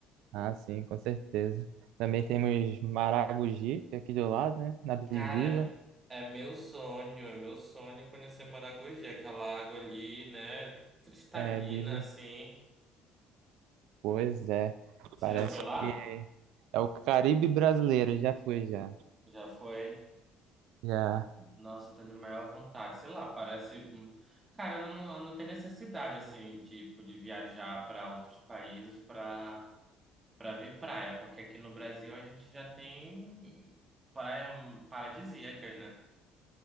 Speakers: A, on the right (about 80°); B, on the right (about 20°).
A: Ah, sim, com certeza. Também temos Maragogi, que é aqui do lado, né, na divisa.
B: Cara, é meu sonho, é meu sonho conhecer Maragogi, aquela água ali, né? Cristalina,
A: É, dizem
B: assim.
A: Pois é,
B: Você
A: parece
B: já foi lá?
A: que é o Caribe brasileiro, já foi já.
B: Já foi.
A: Já.
B: Nossa, eu tenho maior vontade. Sei lá, parece. hum, Cara, eu não, eu não tenho necessidade, assim, tipo, de viajar para outros países para para ver praia, porque aqui no Brasil a gente já tem praia hum, paradisíacas, né?